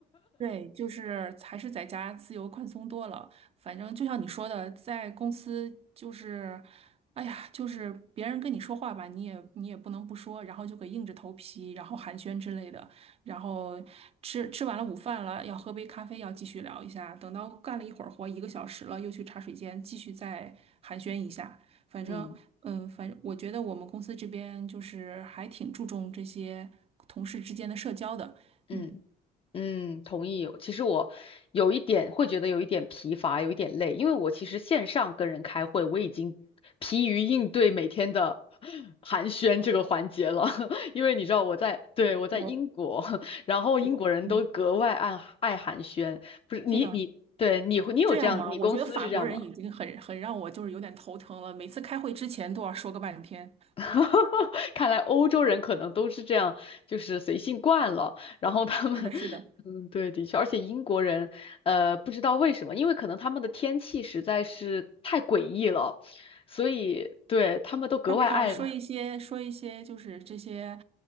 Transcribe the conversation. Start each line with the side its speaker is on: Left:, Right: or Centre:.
Right: 对，就是还是在家自由宽松多了。反正就像你说的，在公司就是，哎呀，就是别人跟你说话吧，你也你也不能不说，然后就给硬着头皮，然后寒暄之类的。然后吃吃完了午饭了，要喝杯咖啡，要继续聊一下。等到干了一会儿活，一个小时了，又去茶水间继续再寒暄一下。
Left: <laughs>
Right: 反正，
Left: 嗯
Right: 嗯，反正我觉得我们公司这边就是还挺注重这些同事之间的社交的，
Left: 嗯。
Right: 嗯。
Left: 嗯，同意。其实我有一点会觉得有一点疲乏，有一点累，因为我其实线上跟人开会，我已经疲于应对每天的 <laughs> 寒暄这个环节了。<laughs> 因为你知道我在，对，我在英国，
Right: 我
Left: <laughs> 然后英国人都格外爱爱寒暄。
Right: 我嗯，
Left: 不是你你对你会你有这样，
Right: 天呐，这样吗？
Left: 你公司是这样吗？
Right: 我觉得法国人已经很很让我就是有点头疼了，每次开会之前都要说个半天。
Left: <laughs> 看来欧洲人可能都是这样，就是随性惯了。然后他们，
Right: 是的，
Left: <laughs>
Right: 是的，
Left: 嗯，对，的确，而且英国人，呃，不知道为什么，因为可能他们的天气实在是太诡异了，所以对他们都格外爱。
Right: 他们要说一些说一些就是这些